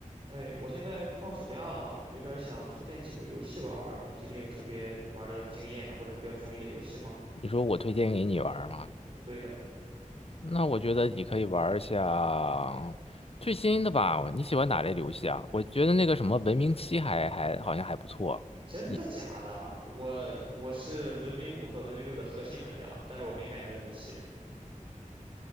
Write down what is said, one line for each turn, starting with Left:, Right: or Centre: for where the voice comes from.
Right: 哎，我现在放暑假了，有点儿想推荐几部游戏玩儿玩儿。你最近有特别玩儿的经验的或者比较中意的游戏吗？
Left: 你说我推荐给你玩儿吗？
Right: 对的，
Left: 那我觉得你可以玩儿一下最新的吧。你喜欢哪类游戏啊？我觉得那个什么《文明七》还还好像还不错。
Right: 真的假的？
Left: 你
Right: 我我是文明五和文明六的核心玩家，但是我没买文明七。